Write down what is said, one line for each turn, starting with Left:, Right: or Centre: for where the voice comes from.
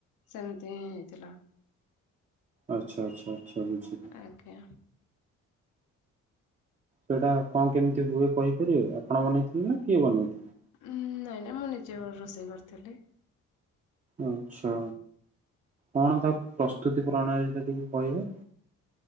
Left: ସେମିତି ହିଁ ହେଇଥିଲା।
Right: ଆଚ୍ଛା ଆଚ୍ଛା ଆଛା ବୁଝିଲି।
Left: ଆଜ୍ଞା
Right: ସେଇଟା କଣ କେମିତି ହୁଏ କହିପାରିବେ। ଆପଣ ବନେଇଥିଲେ ନା କିଏ ବନେଇଥିଲେ?
Left: ଉଁ ନାଇଁ ନାଇଁ ମୁଁ ନିଜେ ରୋଷେଇ କରିଥିଲି।
Right: ଆଚ୍ଛା କଣ ତା ପ୍ରସ୍ତୁତି ପ୍ରଣାଳୀଟା ଟିକେ କହିବ